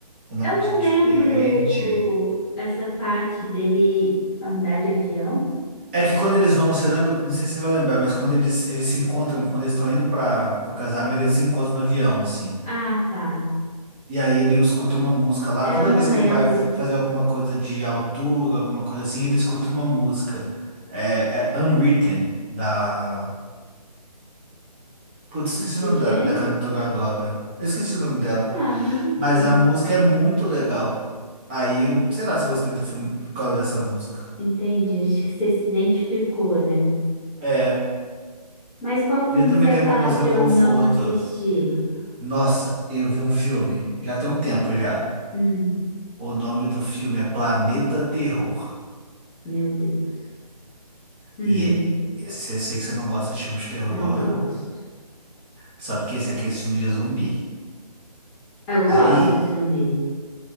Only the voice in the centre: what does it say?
Eu não
lembro essa parte dele andar de avião.
Ah, tá.
É,
Eu não
lembro
de
quem.
Ah, mas enfim,
entendi. Acho que você se identificou, né?
Mas qual filme
que você ia
falar
pra
eu não assistir?
Hum,
meu Deus. Hum.
Não
gosto.
Eu gosto
de zumbi.